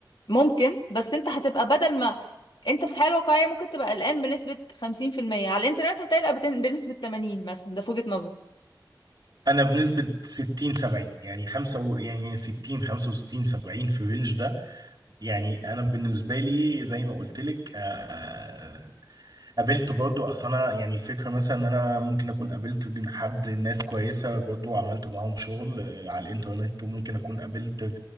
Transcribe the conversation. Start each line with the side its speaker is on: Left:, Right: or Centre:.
Left: ممكن بس انت هتبقى بدل ما انت في الحياة الواقعية ممكن تبقى قلقان بنسبة 50% على الانترنت هتقلق بتن- بنسبة 80 مثلا ده في وجهة نظري
Right: انا بنسبة 60 70 يعني خمسة و... يعني 60 65 70 في الرينج ده يعني انا بالنسبة لي زي ما قلت لك آه، آه، قابلت برضو اصل انا يعني الفكرة مثلا ان انا ممكن اكون قابلت حد ناس كويسة برضو وعملت معاهم شغل آه، على الانترنت وممكن اكون قابلت